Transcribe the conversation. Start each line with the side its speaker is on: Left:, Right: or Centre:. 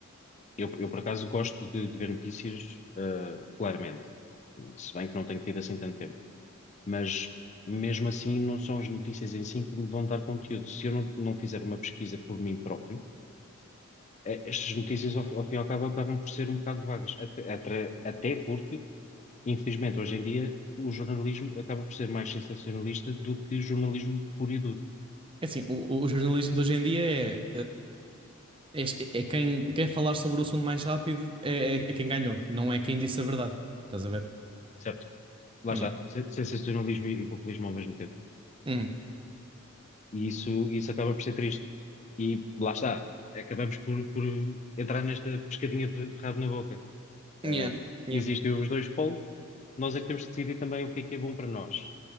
Left: Eu, eu, por acaso, gosto de, de ver notícias, uh, regularmente, se bem que não tenho tido assim tanto tempo. Mas, mesmo assim, não são as notícias em si que me vão dar conteúdo. Se eu não, não fizer uma pesquisa por mim próprio, eh, estas notícias, ao, fi- ao fim e ao cabo, acabam por ser um bocado vagas. Até, atra- até porque, infelizmente, hoje em dia, o jornalismo acaba por ser mais sensacionalista do que jornalismo puro e duro,
Right: É assim, o, o jornalismo de hoje em dia é, eh, é, é quem, quem falar sobre o assunto mais rápido é, é, é quem ganhou, não é quem disse a verdade. Estás a ver?
Left: certo? Lá
Right: Yeah.
Left: está, se- sensacionalismo e, e populismo ao mesmo tempo.
Right: Uhum.
Left: E isso, isso acaba por ser triste. E lá está, acabamos por, por entrar nesta pescadinha de, de rabo na boca.
Right: Yeah.
Left: Ah,
Right: Yeah.
Left: existem os dois polos, nós é que temos de decidir também o que é que é bom para nós.